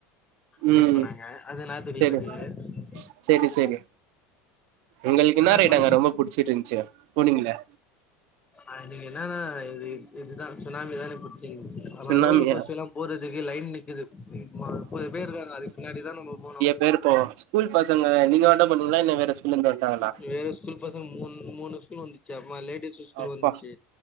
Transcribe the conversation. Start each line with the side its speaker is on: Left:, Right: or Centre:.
Left: வெயிட்
Right: ம்
Left: பண்ணாங்க அது ஞாயித்துக்கெழம
Right: செரி செரி செரி ஒங்களுக்கு இன்னா
Left: ஆனா
Right: ரைட்
Left: பண்
Right: அங்க ரொம்ப புடிச்சிட்டு இருந்துச்சு போனீங்களே
Left: அன்னக்கி என்னான்னா இது இதுதா சுனாமிதா எனக்கு புடிச்சிருந்ச்சி ஆனா
Right: சுண்ணாமியா
Left: ரோலர் கோஸ்டெல்லா போறதுக்கு லைன் நிக்குதுது மு மா முப்பது பேர் இருக்காங்க அதுக்கு பின்னாடிதா நம்ம போனு
Right: வேறு தோழா ஸ்கூல் பசங்க நீங்க அட்டன் பண்ணிங்களா இல்ல வேற ஸ்கூலருந்து வந்ட்டாங்களா
Left: நீ வேற ஸ்கூல் பசங்க மூணு மூணு ஸ்கூல் வந்துச்சி அக்மா லேடீஸ் ஸ் ஸ்கூல்ல
Right: அப்பா
Left: வந்துச்சு